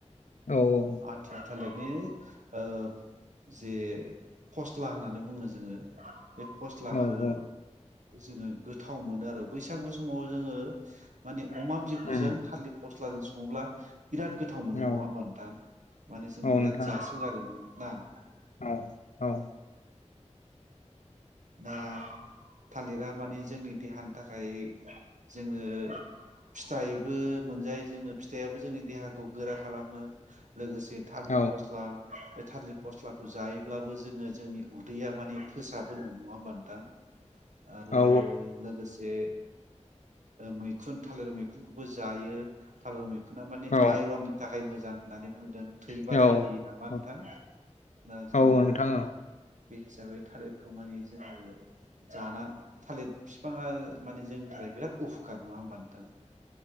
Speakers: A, on the left; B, on the right.
A: औ औ।
B: आथिया थालिरनि ओ जे फस्ला होननानै बुङो जोङो। बे फस्लाखो
A: औ औ
B: जोङो गोथाव मोनो आरो बैसागु समाव जोङो माने अमा बिबुजों
A: उम
B: थालिर फस्ला फस्लाजों सङोब्ला बिराद गोथाव मोनो
A: औ
B: नङा होमबा। नोंथां माने जों
A: नोंथां
B: बिराद जासोगारो ना नोंथां। ना।
A: औ औ।
B: दा थालिरा माने जोंनि देहानि थाखाय जोङो फिथाइबो मोनजायो जोङो फिथाइयाबो जोंनि देहाखौ गोरा खालामो। लोगोसे थालिर
A: औ
B: फस्ला थालिर फस्लाखौ जायोब्लाबो जोङो जोंनि उदैया माने फोसाबो नो नङा होनबा नोंथां। आरो
A: औ
B: लोगोसे मैखुन थालिर मैखुनखौबो जायो थालिर मै खुना माने
A: औ
B: आइरननि थाखाय थाखाय मोजां होननानै बुंदों थै बारायहोयो
A: औ
B: नामा
A: औ
B: नोंथां दा जोङो
A: औ नोंथां
B: बे हिसाबै थालिर खौ माने जोङो जाना थालिर बिफाङा माने जोंनि थाखाय बिराद उप'कार नङा होमबा नोंथां।